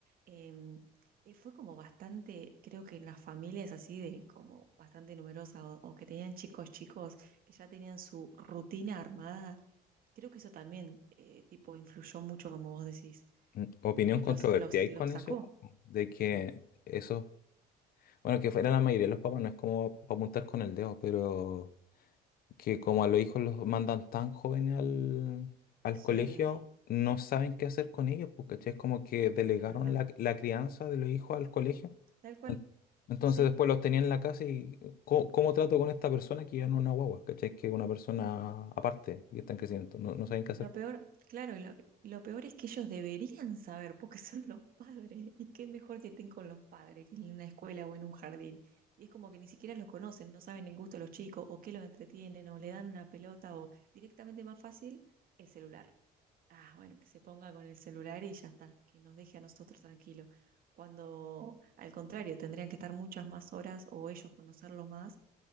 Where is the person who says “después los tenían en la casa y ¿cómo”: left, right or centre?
Left